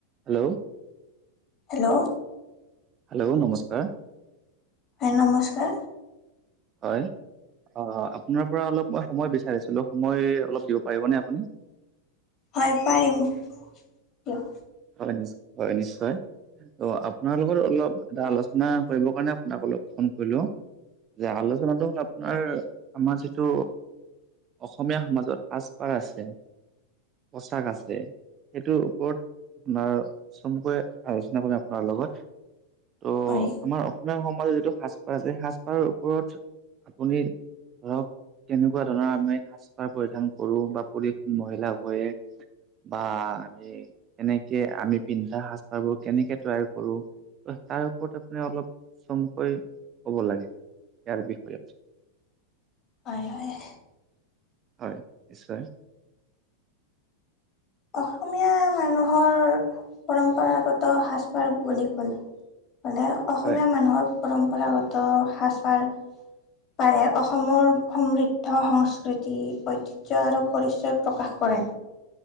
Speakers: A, on the right (about 30°); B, on the left (about 30°).
A: Hello.
B: Hello.
A: Hello নমস্কাৰ।
B: হয় নমস্কাৰ।
A: হয়। অ', আপোনাৰ পৰা অলপ মই সময় বিচাৰিছিলো, সময় অলপ দিব পাৰিবনে আপুনি।
B: হয় পাৰিম, কিয়?
A: হয় নিশ্চয়, হয় নিশ্চয়। অ' আপোনাৰ লগত অলপ এটা আলোচনা কৰিব কাৰণে আপোনাক অলপ ফোন কৰিলোঁ। যে আলোচনাটো হ'ল, আপোনাৰ আমাৰ যিটো। অসমীয়া সমাজত সাজপাৰ আছে। পোচাক আছে, সেইটোৰ ওপৰত। বাৰু, চমুকৈ আলোচনা কৰিম আপোনাৰ লগত, ত
B: হয়
A: আমাৰ অসমীয়া সম। আমাৰ যিটো সাজপাৰ আছে, সাজপাৰৰ ওপৰত আপুনি ধৰক। কেনেকুৱা ধৰণৰ আমি সাজ পাৰ পৰিধান কৰো বা পুৰুষ মহিলা উভয়ে। বা আমি, কেনেকে আমি পিন্ধা সাজ পাৰ বোৰ কেনেকে তৈয়াৰ কৰো। তাৰ ওপৰত আপুনি অলপ চমুকৈ ক'ব লাগে। ইয়াৰ বিষয়ে।
B: হায় হায়?
A: হয়, নিশ্চয়।
B: অসমীয়া মানুহৰ পৰম্পৰাগত সাজপাৰ বুলি ক'লে। ক'লে, অসমীয়া
A: হয়
B: মানুহৰ পৰম্পৰাগত সাজপাৰ। পাৰে অসমৰ সমৃদ্ধ, সংস্কৃতি, ঐতিহ্যয় আৰু পৰিচয় প্ৰকাশ। কৰে।